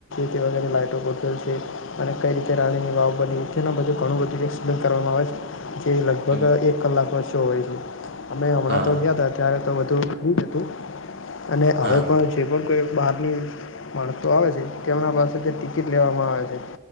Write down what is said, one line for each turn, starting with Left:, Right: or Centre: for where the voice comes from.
Left: જે <unintelligible> છે. અને કઈ રીતે રાણીની વાવ નીચેના બધું ઘણું બધું એક્સપ્લેન કરવામાં આવે જે લગભગ
Right: હા
Left: એક કલાકમાં શો અમે અમણાં
Right: હા
Left: તો ગયા હતા અત્યારે તો બધું એજ હતું. અને
Right: હા
Left: અવે પણ જે પણ બારની <unintelligible> આવે છે તેમના પાસેથી ટિકિટ લેવામાં આવે છે.